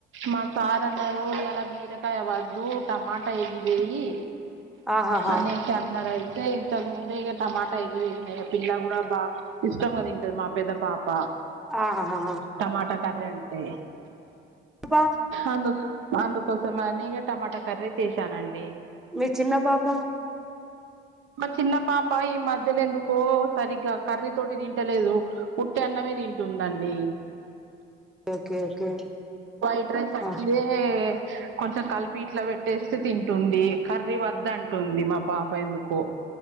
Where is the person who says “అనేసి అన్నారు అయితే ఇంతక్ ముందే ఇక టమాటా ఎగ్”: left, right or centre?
Right